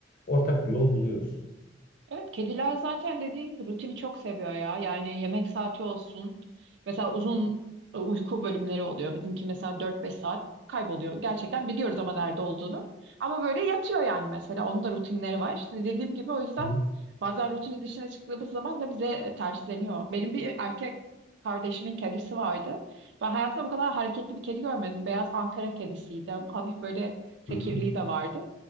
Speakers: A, on the left; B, on the right.
A: Ortak bir yol buluyoruz.
B: Evet, kediler zaten dediğin gibi rutini çok seviyor ya. Yani yemek saati olsun. Mesela uzun e, uyku bölümleri oluyor. Bizimki mesela dört beş saat kayboluyor. Gerçekten biliyoruz ama nerede olduğunu. Ama böyle yatıyor yani mesela. Onun da rutinleri var. İşte dediğim gibi o yüzden
A: Hı hı.
B: bazen rutinin dışına çıktığımız zaman da bize e, tersleniyor. Benim bir erkek kardeşimin kedisi vardı. Ben hayatımda bu kadar hareketli bir kedi görmedim. Beyaz Ankara kedisiydi ama hafif böyle tekirliği
A: Hı hı.
B: de vardı.